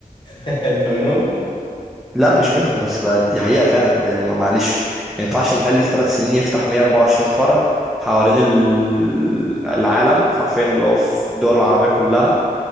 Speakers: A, on the left; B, in the centre.
A: <laughs> انت منهم
B: لا مش منهم بس ده دي حقيقة فعلا لأن ما- معلش ما ينفعش محل في ثلاث سنين يفتح 124 فرع حوالين ال- العالم حرفيا اللي هو في الدول العربية كلها